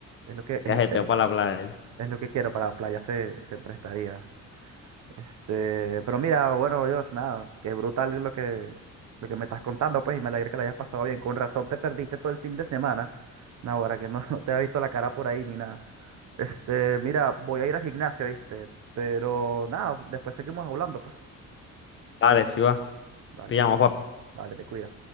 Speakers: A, on the right; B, on the left.
A: Es lo que, es,
B: Viajeteo
A: es-
B: para la playa.
A: es lo que quiero para la playa, se, se prestaría. Este, pero mira, bueno, Dios, nada, qué brutal lo que, lo que me estás contando, pues, y me alegra que la hayas pasado bien. Con razón te perdiste todo el fin de semana. No, ahora que no, <laughs> no te había visto la cara por ahí ni nada. Este, mira, voy a ir al gimnasio, ¿viste? Pero nada, después seguimos hablando, pues.
B: Dale, sí va.
A: Dale,
B: Pillamos,
A: sí,
B: papi.
A: dale, te cuidas.